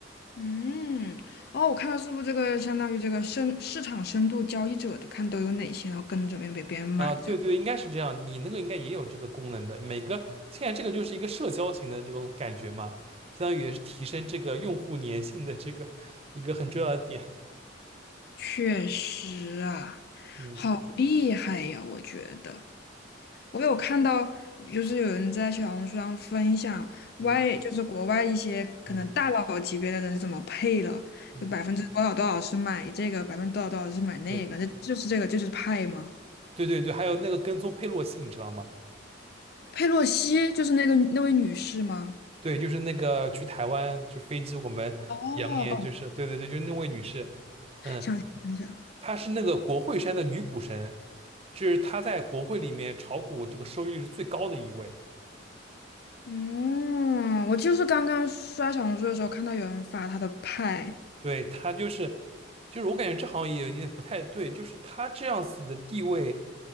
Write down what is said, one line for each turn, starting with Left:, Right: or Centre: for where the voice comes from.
Left: 嗯，哦，我看到是不是这个相当于这个深市场深度交易者的看都有哪些，然后跟着别人被别人买着，
Right: 啊。对对，应该是这样，你那个应该也有这个功能的。每个现在这个就是一个社交型的这种感觉嘛，相当于也是提升这个用户粘性的这个一个很重要的点。
Left: 确实啊，
Right: 嗯
Left: 好厉害呀，我觉得。我有看到，就是有人在小红书上分享外，
Right: 嗯
Left: 就是国外一些可能大佬级别的人是怎么配的，
Right: 嗯嗯，
Left: 就百分之多少多少是买这个，百分之多少多少是买那个，
Right: 对
Left: 那就是这个，这就是派吗？
Right: 对对对，还有那个跟踪佩洛西，你知道吗？
Left: 佩洛西就是那个那位女士吗？
Right: 对，就是那个去台湾，就飞机我们扬言就是对对对，
Left: 哦哦，
Right: 就是那位女士，嗯。
Left: 想起来想起来，
Right: 她是那个国会山的女股神，就是她在国会里面炒股这个收益率是最高的一位。
Left: 嗯，我就是刚刚刷小红书的时候看到有人发她的派，
Right: 对，她就是，就是我感觉这好像也有点不太对，就是她这样子的地位，